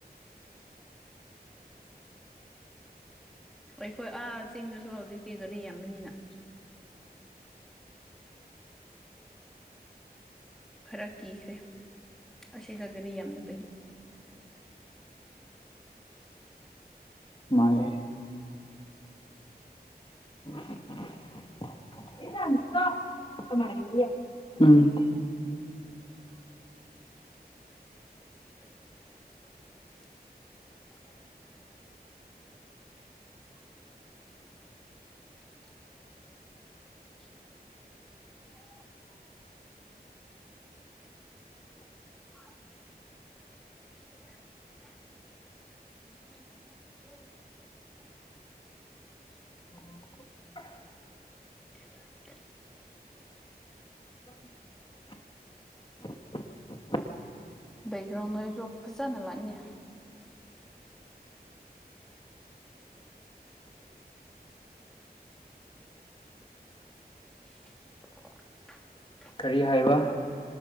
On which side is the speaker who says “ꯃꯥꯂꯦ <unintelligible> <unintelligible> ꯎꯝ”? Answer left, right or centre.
Left